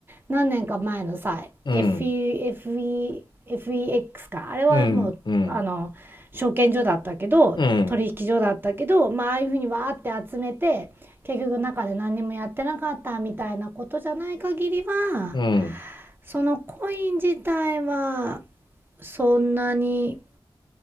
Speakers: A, on the right; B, on the left.
A: 何年か前のさ
B: うん
A: f E f e f e x かあれはもうあの証券所だったけど取引所だったけどまあああいうふうにわーって集めて結局中で何にもやってなかったみたいなことじゃない限りは
B: うんうんうんうん
A: そのコイン自体はそんなに